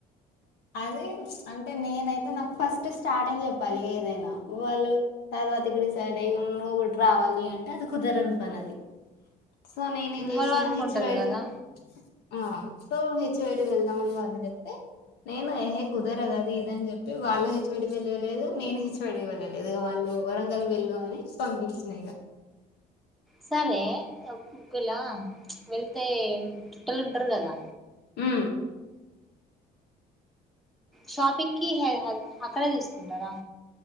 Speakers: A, on the left; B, in the centre.
A: అదే అంటే నేనైతే నాకు ఫస్ట్ స్టార్టింగ్ చెప్పాలి ఏదైనా వాళ్ళు తర్వాత డిసైడ్ అయ్యి ను్ ఒకటి రావాలి అంటే అది కుదరని పని అది సో న నేనం చేసిన
B: మరి వర్క్
A: హెచ్చ
B: ఉంటది
A: బటి
B: కదా
A: ఆ సో హెచ్వడి వెళ్దామని వాళ్ళు చెప్తే నేను ఏహ కుదరదు అది ఇదని చెప్పి వాళ్ళు హెచ్వడి వెళ్ళలేదు నేను హెచ్వడికి వెళ్ళలేదు ఇక వాళ్ళు వరంగలు వెళ్ళు అని పంపించిన ఇక
B: సరే ఒకేలా వెళ్తే చుట్టలు ఉంటారు కదా
A: మ్
B: షాపింగ్గ్కి హే హయ్ అక్కడే తీసుకుంటారా